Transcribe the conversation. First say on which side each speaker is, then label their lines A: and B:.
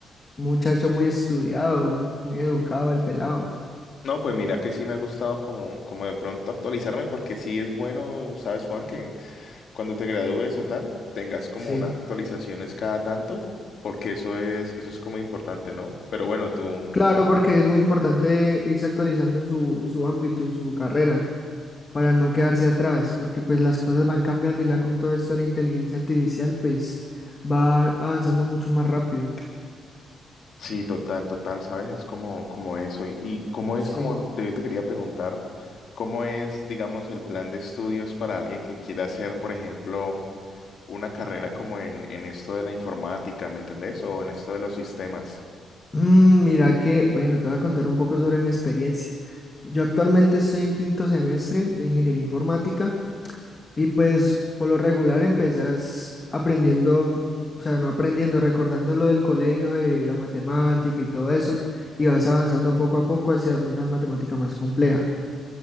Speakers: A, on the left; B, on the left.
A: muchacho muy estudiado, muy educado el pelado.
B: No, pues mira que sí me ha gustado como, como de pronto actualizarme, porque sí es bueno, sabes, Juan, que cuando te gradúes o tal, tengas como
A: Sí.
B: unas actualizaciones cada tanto, porque eso es, eso es como importante, ¿no? Pero bueno, tú,
A: Claro, porque es muy importante irse actualizando en su, en su ámbito, en su carrera, para no quedarse atrás, porque pues las cosas van cambiando y ya con todo esto de la inteligencia artificial, pues va avanzando mucho más rápido.
B: sí, total, total, sabes, es como, como eso. Y, y cómo es
A: Sí.
B: como, de- yo te quería preguntar, ¿cómo es, digamos, el plan de estudios para alguien que quiera hacer, por ejemplo, una carrera como en, en esto de la informática, ¿me entendés? O en esto de los sistemas.
A: Mm, Mira que, bueno, te voy a contar un poco sobre mi experiencia. Yo actualmente estoy en quinto semestre de ingeniería informática y pues por lo regular empezás aprendiendo, o sea, no aprendiendo, recordando lo del colegio, de la matemática y todo eso, y vas avanzando poco a poco hacia una matemática más compleja.